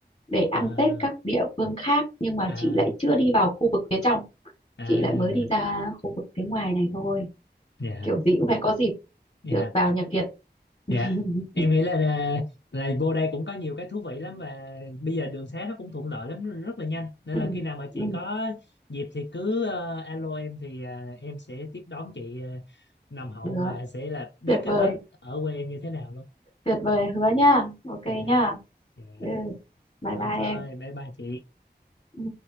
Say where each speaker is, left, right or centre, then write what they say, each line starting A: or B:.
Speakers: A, on the left (about 35°); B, on the left (about 85°).
A: để ăn
B: à,
A: Tết các địa phương khác nhưng mà
B: à.
A: chị lại chưa đi vào khu vực phía trong
B: À,
A: chị lại mới đi ra khu vực phía ngoài này thôi
B: dạ,
A: kiểu gì cũng phải có dịp
B: dạ,
A: được vào nhà Kiệt <laughs>
B: dạ. Em nghĩ là là là vô đây cũng có nhiều cái thú vị lắm và bây giờ đường xá nó cũng thuận lợi lắm, rất là nhanh. Nên
A: ừ,
B: là khi nào mà chị
A: ừ,
B: có dịp thì cứ ờ, alo em thì ờ, em sẽ tiếp đón chị ờ, nồng hậu
A: được
B: và sẽ là biết
A: tuyệt
B: cái
A: vời
B: Tết ở quê em như thế nào luôn.
A: tuyệt vời hứa nha ok
B: Dạ,
A: nha
B: dạ.
A: ừ, bye
B: Rồi
A: bye
B: thôi,
A: em
B: bye bye chị.
A: ừ.